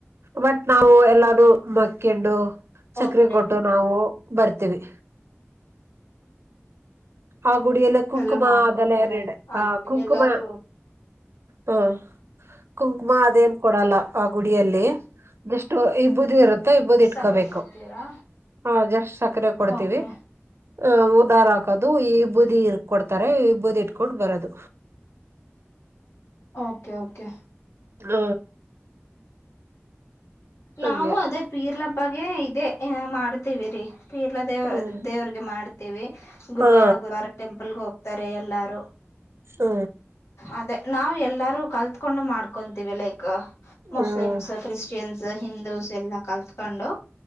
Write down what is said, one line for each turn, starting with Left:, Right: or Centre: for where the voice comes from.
Right: ಬಟ್ ನಾವು ಎಲ್ಲಾನು ಮಕ್ಕಂಡು ಚಕ್ರಿ
Left: ಓಕೆ
Right: ಕೊಟ್ಟು ನಾವು ಬರ್ತೀವಿ. ಆ ಗುಡಿಯೆಲ್ಲ ಕುಂಕುಮ
Left: ಎಲ್ಲ ಮಾಡ್ಕೋತಾರೆ
Right: ಅದೆಲ್ಲ ಎರಡೆ
Left: ಅ
Right: ಆ ಕುಂಕುಮ.
Left: ಎಲ್ಲಾರು
Right: ಹಾ ಕುಂಕುಮ ಅದೇನ್ ಕೊಡಲ್ಲ ಆ ಗುಡಿಯಲ್ಲಿ. ಜಸ್ಟ್ ಇಬ್ಬುದಿ ಇರುತ್ತೆ. ಇಬ್ಬದಿ ಇಟ್ಕೋಬೇಕು
Left: ಸಕ್ಕರೆ ಕೊಡ್ತೀರಾ
Right: ಹಾ ಜಸ್ಟ್ ಆಕಡೆ ಕೊಡ್ತವಿ.
Left: ಓಕೆ
Right: ಹು ಹೂನಾರ ಹಾಕೋದು ಈಬೂದಿ ಕೊಡ್ತಾರೆ ಈಬೂದಿ ಇಟ್ಕೊಂಡು ಬರೋದು.
Left: ಓಕೆ ಓಕೆ
Right: ಹ್
Left: ನಾವು
Right: ಹಂಗೆ
Left: ಅದೇ ವೀರ್ಲ ಹಬ್ಬಗೆ ಇದೆ ಮಾಡ್ತೀವಿ ರೀ ಪೀರ್ಲಾ ದೇವ
Right: ಹ್ಮ್
Left: ದೇವ್ರಗೆ ಮಾಡ್ತೀವಿ ಗುರುವಾರ
Right: ಹಾ
Left: ಗುರುವಾರ ಟೆಂಪಲ್ಗೆ ಹೋಗ್ತಾರೆ ಎಲ್ಲಾರು
Right: ಹ್
Left: ಅದೇ ನಾವು ಎಲ್ಲಾರೂ ಕಲ್ತ ಕೋಂಡು ಮಾಡ್ಕೊಂತೀವಿ ಲೈಕ್ ಮುಸ್ಲಿಮ್ಸ್,
Right: ಹ್ಮ್
Left: ಕ್ರಿಶ್ಚಿಯನ್ಸ್, ಹಿಂದೂಸ್, ಎಲ್ಲಾ ಕಲ್ತ್ಕೊಂಡು.